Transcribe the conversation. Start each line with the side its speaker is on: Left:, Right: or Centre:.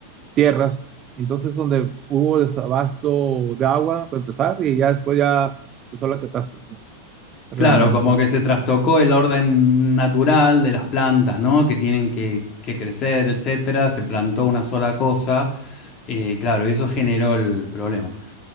Right: tierras. Entonces, donde hubo desabasto de agua, para empezar, y ya después ya empezó la catástrofe, realmente.
Left: Claro, como que se trastocó el orden natural de las plantas, ¿no? Que tienen que, que crecer, etcétera. Se plantó una sola cosa. Eh, claro, y eso generó el problema.